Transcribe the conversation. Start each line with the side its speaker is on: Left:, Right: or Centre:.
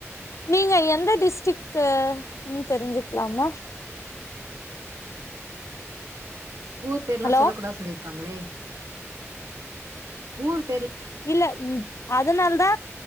Left: நீங்க எந்த டிஸ்டிக்ன்னு தெரிஞ்சுக்கலாமா
Right: ஊர் பேர்லா
Left: ஹலோ
Right: சொல்லக்கூடாது சொல்லிருக்காங்ளே ஊர் பேர்ல
Left: இல்ல ம் அதனால தா